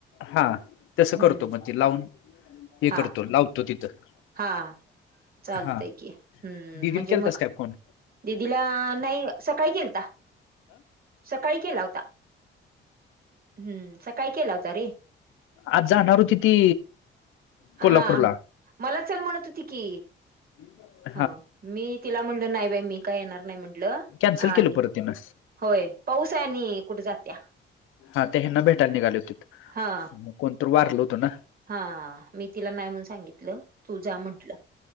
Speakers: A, on the left; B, on the right.
A: हा तसं
B: हम्म
A: करतो मग त लावून हे
B: हा
A: करतो लावतो तिथं
B: हा चालतय
A: हा
B: की हम्म
A: दिदीला
B: म्हणजे
A: केलतास
B: मग
A: काय फोन
B: दिदीला नाही सकाळी केलता सकाळी केला होता हम्म सकाळी केला होता रे
A: आज जाणार होती ती कोल्हापूरला
B: हा मला चाल म्हणत होती की
A: <inaudible>
B: हा मी तिला म्हणलं नाही बाई मी काय येणार नाही म्हंटलं
A: कॅन्सल
B: आणि
A: केलं परत तिनं
B: होय पाऊस आहे आणि कुठे जात्या
A: हा ते हेना भेटायला निघाले होते
B: हा
A: कोण तर वारल होतं ना
B: हा मी तिला नाही म्हण सांगितलं तु जा म्हंटलं